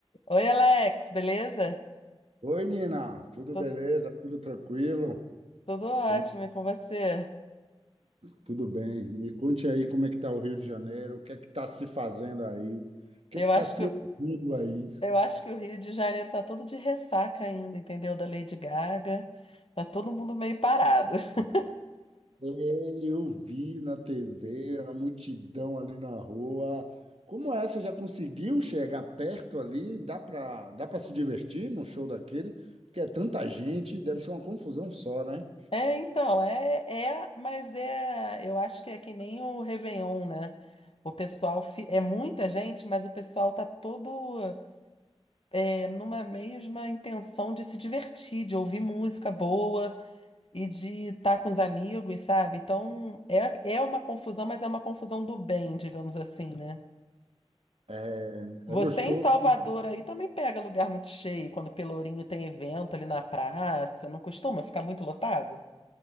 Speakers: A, on the left (about 65°); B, on the right (about 80°).
A: Oi, Alex, beleza?
B: Oi, Nina, tudo
A: Tô-
B: beleza? Tudo tranquilo?
A: Tudo ótimo
B: Como-
A: e com você.
B: Tudo bem. Me conte aí como é que tá o Rio de Janeiro, o que é que tá se fazendo aí, o que
A: Eu
B: é que tá
A: acho
B: se
A: que, eu
B: ouvindo aí.
A: acho que o Rio de Janeiro tá todo de ressaca ainda, entendeu? Da Lady Gaga. Tá todo mundo meio parado. <laughs>
B: Ei, Eu vi na TV a multidão ali na rua. Como é? Você já conseguiu chegar perto ali? Dá para dá para se divertir num show daquele? Porque é tanta gente, deve ser uma confusão só, né?
A: É, então, é, é, mas é, eu acho que é que nem o Réveillon, né? O pessoal fi- é muita gente, mas o pessoal tá todo é, numa mesma intenção de se divertir, de ouvir música boa. e de estar com os amigos, sabe? Então, é, é uma confusão, mas é uma confusão do bem, digamos assim, né?
B: É,
A: Você
B: é gostoso,
A: em Salvador
B: né?
A: aí também pega lugar muito cheio, quando Pelourinho tem evento ali na praça, não costuma ficar muito lotado?